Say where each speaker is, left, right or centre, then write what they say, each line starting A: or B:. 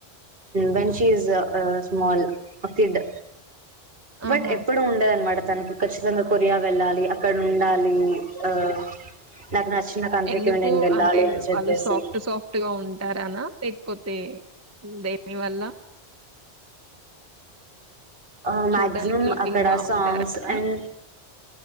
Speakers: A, on the right; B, on the right.
A: When she is a small uh kid but
B: ఆహా
A: ఎప్పుడు ఉండదనమాట తనకు ఖచ్చితంగా కొరియా వెళ్ళాలి అక్కడ ఉండాలి ఆ నాకు నచ్చిన కంట్రీకి
B: ఎందుకు
A: నేను వెళ్ళాలి
B: అంటే
A: అని చెప్పేసి
B: వాళ్ళు సాఫ్ట్ సాఫ్ట్ గా ఉంటారనా లెక్ పోతె బేబి వల్ల
A: ఆ మ్యాగ్జిమం
B: చూడ్డానికి లుకింగ్
A: అక్కడ
B: బాగుంటారనా
A: సాంగ్స్ అండ్